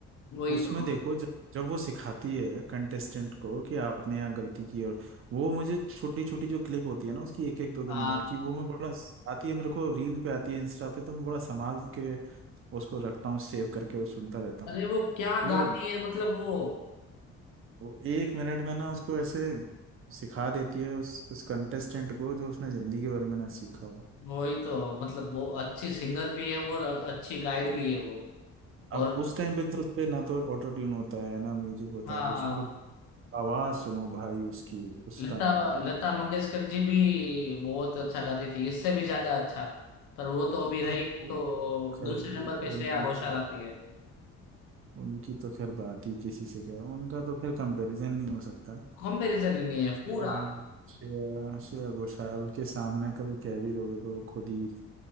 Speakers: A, on the left; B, on the right.
A: वही
B: उसमें
A: तो
B: देखो जब जब वो सिखाती है कंटेस्टेंट को कि आपने यहाँ गलती की और वो मुझे छोटी छोटी जो क्लिप होती है ना उसकी एक एक दो दो
A: आ,
B: मिनट की वो मैं बड़ा आती है मेरे को रील पे आती है इंस्टा पे तो मैं बड़ा संभाल के उसको रखता हूँ सेव करके और सुनता रहता हूँ
A: अरे वो क्या
B: वो
A: गाती है मतलब वो
B: वो एक मिनट में ना उसको ऐसे सिखा देती है उस उस कंटेस्टेंट को जो उसने जिंदगी भर में ना सीखा हो
A: वही तो मतलब वो अच्छी सिंगर भी है और अच्छी गाइड भी है वो और
B: अब उस टाइम पे तो उस पे ना तो ऑटो ट्यून होता है ना म्यूजिक होता
A: हाँ
B: है कुछ और आवाज सुनो भाई उसकी उस
A: लता
B: टाइम पे
A: लता मंगेशकर जी भी बहुत अच्छा गाती थी इससे भी ज्यादा अच्छा पर वो तो अभी
B: ना
A: रही नहीं
B: वो
A: तो
B: खैर
A: दूसरे
B: वो
A: नंबर
B: तो
A: पे श्रेया
B: उनकी
A: घोषाल
B: तो
A: आती है
B: उनकी तो खैर बात ही किसी से क्या उनका तो खैर कंपैरिजन नहीं हो सकता
A: कंपैरिजन ही नहीं है
B: श्रेया
A: पूरा
B: श्रेया श्रेया घोषाल के सामने कभी कह भी दोगे तो वो खुद ही